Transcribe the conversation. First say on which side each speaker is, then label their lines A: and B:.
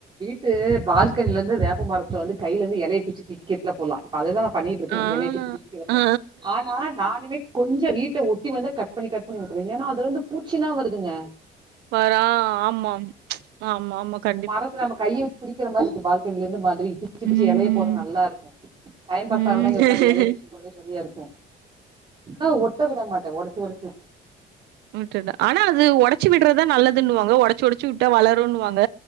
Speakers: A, on the right (about 30°); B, on the right (about 85°).
A: இது பால்கனில இருந்து வேப்ப மரத்துல வந்து கையில இருந்து இலய பிச்சு திங்க இல போலாம் இப்ப அதுதான் பண்ணிட்டு இருக்கன்
B: ஆ
A: இலய பிச்சு போறா
B: ஆ
A: ஆனா நானுமே கொஞ்ச வீட்ட ஒட்டி வந்த கட் கட் பண்ணி கட் பண்ணி விட்ருவன் ஏன்னா அதுல வந்து பூச்சில்லா வருதுங்க
B: வறா ஆமா அம் ஆமா ஆமா க
A: இப்ப மடக்கர நம்ம கைய வச்சு பிடிக்கற மாரி இருக்கு பால்கனில இருந்து மாதிரி பிச்சு பிச்சு
B: ம்
A: எலைய போடற நல்லா இருக்கு டைம் பாஸ்
B: ம்
A: ஆவுனா இங்க ஒக்காந்து எலைய பிச்சு ஒரே செரியா இருக்கு ஆ ஒட்ட விட மாட்டே ஒடச்சு ஒடச்சு
B: ம் செரி டா அனா அது ஒடச்சு விட்றதுதா நல்லதுன்னுவாங்க ஒடச்சு ஒடச்சு விட்டா வளருன்னுவாங்க